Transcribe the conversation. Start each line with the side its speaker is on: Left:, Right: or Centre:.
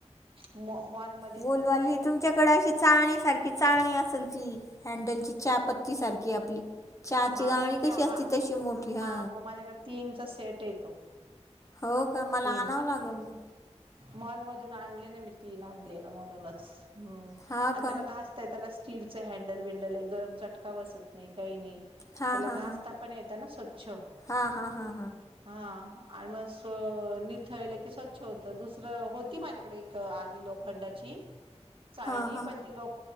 Right: मॉ, मॉल म
Left: गोलवाली हे तुमच्याकडे अशी चाळणी सारखी चाळणी असन ती, हँडलची चा पत्ती सारखी आपली चहाची
Right: हा
Left: गाळणी
Right: मोठ्या
Left: कशी
Right: हा
Left: असती तशी, मोठी हा
Right: मग माझ्याकडे तीनचा सेट येतो
Left: हो का, मला
Right: तीन
Left: आणावं लागन मग.
Right: मॉलमधून आणले ना, मी तीन आणलेल्या म्हणूनच हम्म,
Left: हा
Right: आणि
Left: का
Right: त्याला घासता येतं त्याला स्टीलच हँडलबिंडलहे, गरम चटका बसत नाही काही नाही.
Left: हा
Right: त्याला
Left: हा
Right: घासता
Left: हा
Right: पण येतं ना स्वच्छ
Left: हा हा हा
Right: हा आणि म निथळलं की स्वच्छ होत दुसरं होती माझ्याकडे एक आधी लोखंडाची‌ चाळणी
Left: हा हा
Right: पण ती लोक